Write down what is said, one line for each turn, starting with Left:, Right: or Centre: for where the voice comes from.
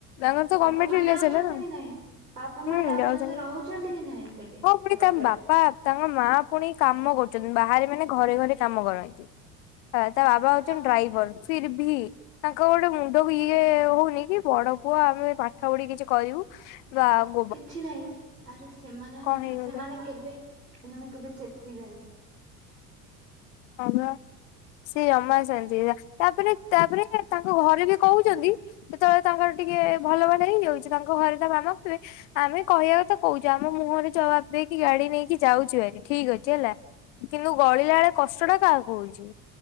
Left: ତାଙ୍କର ତ
Right: ବାପା
Left: ଗମେଣ୍ଟ
Right: ମା
Left: ଇଲାଜ
Right: ଯାଉଛନ୍ତି
Left: ହେଲା ନା।
Right: କି ନାଇଁ ବାପା ମା
Left: <unintelligible>
Right: ଯାଉଛନ୍ତି ରହୁଛନ୍ତି କି ନାଇଁ ସେଠି
Left: ହଁ ପୁଣି
Right: ପାଖରେ
Left: ତା ବା ପା ତାଙ୍କ ମାଆ ପୁଣି କାମ କରୁଚନ୍ତି ବାହାରେ ମାନେ ଘରେ ଘରେ କାମ କରନ୍ତି। ପା ତା ବାବା ହଉଛନ୍ତି
Right: ହଁ
Left: ଡ୍ରାଇବର୍ ଫିର୍ ଭି ତାଙ୍କର ଗୋଟେ ମୁଣ୍ଡ କୁ ଇଏ ହଉନି ଇଏ ବଡ ପୁଅ ଆମେ ପାଠ ପଢିକି କିଛି କରିବୁ ବାଆ
Right: କିଛି ନାହିଁ ଆରେ ସେମାନେ
Left: କଣ
Right: ନା
Left: ହେଇଗଲେ
Right: ସେମାନେ କେବେ ସେମାନେ କେବେ ଚେତିବେନି।
Left: ହଁ ପା। ସେ ଜମା ସେମ୍ତି ତାପ୍ ରେ ତାପରେ ତାଙ୍କ ଘରେ ବି କୋହୁଚନ୍ତି। ଯେତେବେଳେ ତାଙ୍କର ଟିକେ ଭଲ ଭାଲ ହେଇଯାଉଚି ତାଙ୍କ ଘରେ ତା ମାମା କହିବେ ଆମେ କହିବା କଥା କହୁଚୁ ଆମ ମୁହଁରେ ଜବାବ୍ ଦେଇକି ଗାଡି ନେଇକି ଯାଉଚୁ ହାରି ଠିକ୍ ଅଛି ହେଲା। କିନ୍ତୁ ଗଳିଲା ବେଳେ କଷ୍ଟ ଟା କାହାକୁ ହୋଉଚି